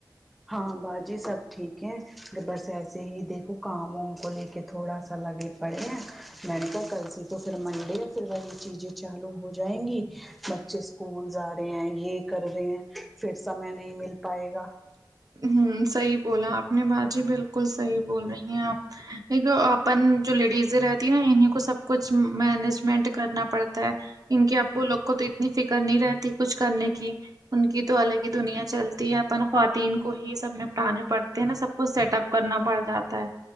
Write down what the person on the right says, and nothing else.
ہوں صحیح بولا آپ نے باجی بالکل صحیح بول رہی ہیں آپ ایک اپن جو لیڈیزیں رہتی ہے نا انہیں کو سب کچھ مینجمنٹ کرنا پڑتا ہے ان کے ابو لوگ کو تو اتنی فکر نہیں رہتی کچھ کرنے کی ان کی تو الگ ہی دنیا چلتی ہے اپن خوا تین کو ہی سب نپٹانے پڑتے ہیں نا سب کچھ سیٹ اپ کرنا پڑ جاتا ہے